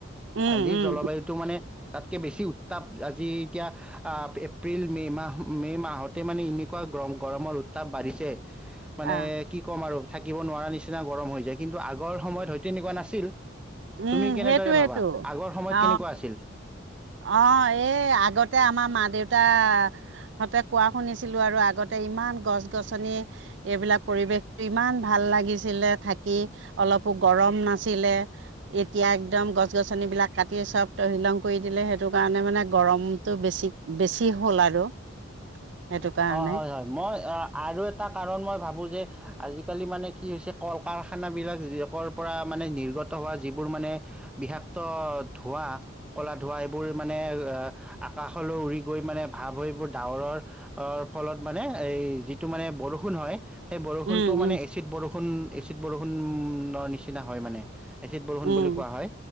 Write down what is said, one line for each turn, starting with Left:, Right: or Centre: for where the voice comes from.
Right: উম
Centre: আজিৰ
Right: উম।
Centre: জলবায়ুতটো মানে তাতকে বেছি উত তাত আজি এতিয়া আ এপ্ৰিল মে' মাহ মে' মাহতে মানে এনেকুৱা গৰম গৰমৰ উত্তাপ বাঢ়িছে মানে
Right: আহ
Centre: কি কম আৰু থাকিব নোৱাৰা নিচি নিচিনা গৰম হৈ যায় কিন্তু আগৰ সময়ত হয়তো এনেকুৱা নাছিল
Right: উম
Centre: তুমি কেনেদৰে
Right: সেইটোৱেইটো
Centre: ভাবা আগৰ সময়ত
Right: অ
Centre: কেনেকুৱা আছিল
Right: অ এই আগতে তে আমাৰ মা দেউতাহঁতে কোৱা শুনিছিলোঁ আৰু আগতে ইমান গছ গছনি এইবিলাক পৰিৱেশ ইমান ভাল লাগিছিলে থাকি অলপো গ গৰম নাছিলে এতিয়া একদম গছ গছ গছনি বিলাক কাটিয়ে চব তহিলং কৰি দিলে সেইটো কাৰণে মানে গৰমটো বেছি বেছি হ'ল আৰু সেইটো কাৰণে
Centre: অ হয় হয় মই আৰু এটা কাৰণ মই ভাবো যে আজি আজিকালি মানে কি হৈছে কল কাৰখানা বিলা কৰ পৰা মানে নিৰ্গত হোৱা যিবোৰ মানে বিষাক্ত ধোঁৱা কলা ধোঁৱা সেইবোৰ মানে এহ আকাশলৈ উৰি গৈ মানে ভাৱ হৈ বোৰ ডাৱৰৰ অ ফলত মানে এই যিটো মানে বৰষুণ হয় সেই বৰষুণটো
Right: উম
Centre: মানে
Right: উম
Centre: এচিড বৰষুণ এচিড বৰষুণ ও ণৰ নিচিনা হয় মানে এচিড বৰষুণ
Right: উম
Centre: বুলি কোৱা হয়